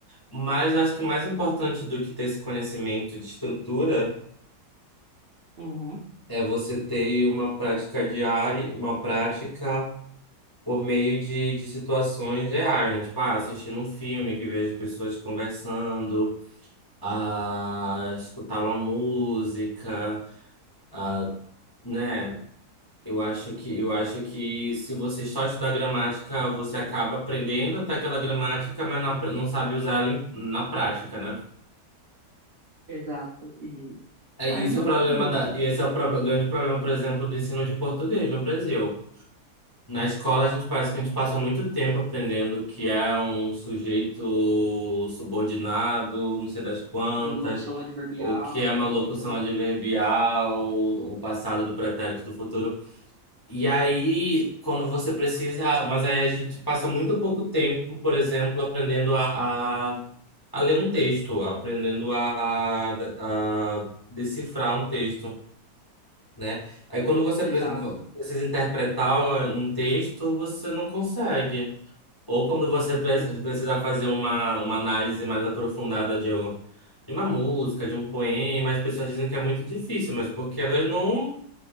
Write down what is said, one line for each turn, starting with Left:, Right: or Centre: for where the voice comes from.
Left: Mas acho que mais importante do que ter esse conhecimento de estrutura
Right: Uhum,
Left: é você ter uma prática diária, uma prática por meio de, de situações reais, né? Tipo, ah, assistindo um filme que vejo pessoas conversando, a escutar uma música, a, né? Eu acho que eu acho que se você só estudar gramática, você acaba aprendendo até aquela gramática, mas não, apre- não sabe usar ela em- na prática, né?
Right: exato. E,
Left: É Isso
Right: ah, eu nunca
Left: é o problema
Right: fui muito
Left: da,
Right: de
Left: e esse é o pro- grande problema, por exemplo, do ensino de português no Brasil. Na escola, a gente parece que a gente passa muito tempo aprendendo que é um sujeito subordinado, não sei das quantas,
Right: locução adverbial,
Left: o que é uma
Right: um
Left: locução
Right: monte de coisa.
Left: adverbial, o passado do pretérito do futuro. E aí, quando você precisa. Mas aí a gente passa muito pouco tempo, por exemplo, aprendendo a, a, a ler um texto, aprendendo a, a, a decifrar um texto né? Aí quando você
Right: Exato.
Left: pre- precisa interpretar um texto, você não consegue. Ou quando você pre-
Right: Eu
Left: precisar fazer uma, uma análise mais aprofundada de, um- de uma música, de um poema, as pessoas dizem que é muito difícil, mas porque elas não,